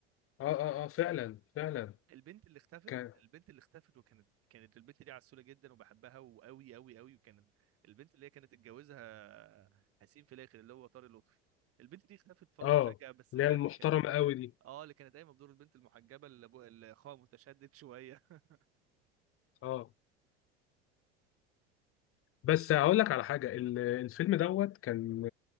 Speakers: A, on the left; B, on the right.
A: اه اه اه فعلا فعلا
B: البنت اللي اختفت
A: كان
B: البنت اللي اختفت وكانت كانت البنت دي عسولة جدا وبحبها وقوي قوي قوي وكانت البنت اللي هي كانت اتجوزها حسين في الاخر اللي هو طارق لطفي البنت دي اختفت فضل
A: اه
B: فجأة بس
A: اللي
B: بجد
A: هي المحترمه
B: كان
A: قوي دي
B: اه اللي كانت قايمه بدور البنت المحجبه اللي ابو- اللي اخوها متشدد شويه <laughs>
A: اه بس هقول لك على حاجه ال- الفيلم دوت كان